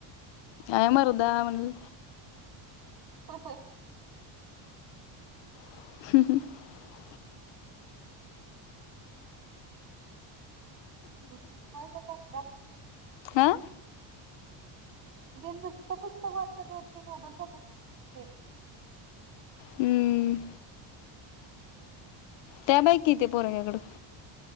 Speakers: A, on the left; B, on the right.
A: आय मर दहा म्हण
B: <inaudible>
A: <inaudible>
B: <unintelligible> करत्यात
A: आ?
B: <unintelligible> नुसत पुस्तक वाचत्यात वरचे मोबाईल बघत नाहीत ते
A: हम्म. टॅब हाय की ते पोरंग्याकडं.